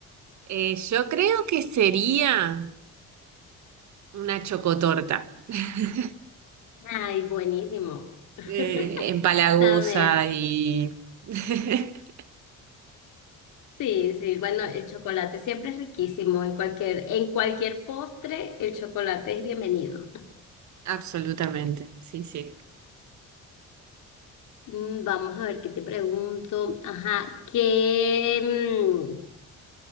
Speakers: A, on the right (about 65°); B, on the left (about 75°).
A: Eh, yo creo que sería una chocotorta, <laughs>
B: Ay, buenísimo. <laughs>
A: Eh, empalagosa
B: También,
A: y... <laughs>
B: sí, sí, bueno, el chocolate siempre es riquísimo. En cualquier, en cualquier postre, el chocolate es bienvenido.
A: Absolutamente, sí, sí.
B: Mm, Vamos a ver qué te pregunto. Ajá, ¿qué, mm,